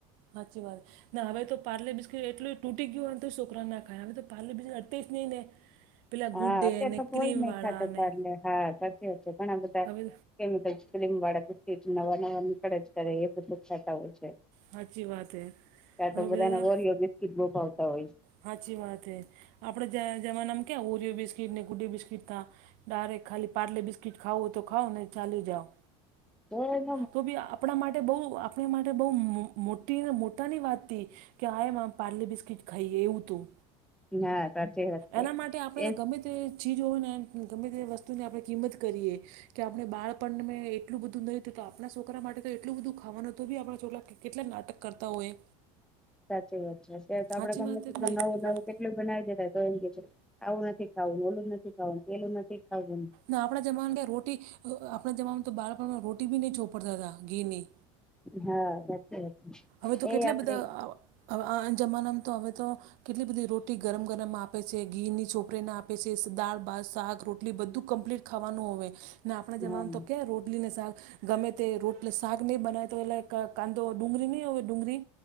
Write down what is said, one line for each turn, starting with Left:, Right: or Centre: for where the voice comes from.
Right: સાચી વાત છે. ના હવે તો પારલે બિસ્કીટ એટલુ તૂટી ગયું હોયને તો છોકરા ના ખાય હવે તો પારલે બિસ્કીટ અડતા જ નહીં ને. પેલા
Centre: હા
Right: ગુડ ડે
Centre: અત્યારે
Right: ને
Centre: તો કોઈ
Right: ક્રીમ
Centre: નહી
Right: વાળા
Centre: ખાતા
Right: ને
Centre: પારલે હા સાચી વાત છે. ઘણા બધા
Right: હવે
Centre: ક્રીમવાળા બિસ્કિટ નવા નવા નિકળા જ કરે એ બધું ખાતા હોય છે.
Right: સાચી વાત હે
Centre: કાં
Right: હવે
Centre: તો બધાને
Right: બધા
Centre: ઓરિયો બિસ્કીિટ બહુ ભાવતા હોય છે.
Right: સાચી વાત એ આપડે જમાનામાં ક્યા ઓરિયો બિસ્કીટ ને ગૂડે બિસ્કીટ તા કયારેક ખાલી પારલે બિસ્કીટ ખાવું તો ખાવ નહીં તો ચાલી જાઓ.
Centre: હ <inaudible>
Right: તો બી આપણા માટે બહુ આપણી માટે બહુ મોટીને મોટાની વાત હતીથી. કે આ એમ આમ પારલે બિસ્કિટ ખાઈએ એવું તું.
Centre: હા સાચી વાત છે
Right: એના માટે આપણે
Centre: એજ
Right: ગમે તે ચીજ હોય ને ગમે તે વસ્તુની આપણે કિંમત કરીએ. કે આપણે બાળપણ એટલું બધું નહ હતું તો, આપણા છોકરા માટે તો એટલું બધું ખાવાનું હતું બી આપણા છોકરા કેટલા નાટક કરતા હોય
Centre: સાચી વાત છે અત્યારે તો આપણેે
Right: સાચી
Centre: ગમે
Right: વાત છે
Centre: કેટલું
Right: કે નહીં
Centre: નવું નવું કે પેલું બનાવી દેતા તો એમ કે આવું નથી ખાવું ઓલું નથી ખાવું પેલું નથી ખાવું.
Right: ના આપણા જમાનામાં ક્યા રોટી આપણા જમાનામાં તો બાળપણમાં રોટી બી નહીં છોપડતા ઘીની.
Centre: હા સાચી વાતી
Right: હવે તો કેટલા
Centre: એ આપડે
Right: બધા આ હવે આ જમાનામાં તો હવે તો કેટલી બધી રોટી ગરમ ગરમ આપે છે ઘીની ચોકરીને આપે છે, દાળ, ભાત, શાક, રોટલી બધું કમ્પ્લીટ ખાવાનું હોય ને આપણા જમાનું
Centre: હા
Right: તો કે રોટલી ને શાક ગમે તે રોટલી ને શાક નહીં બનાાય તો એલે ક કાંધો ડુંગળી નહીં હોવે ડુંગળી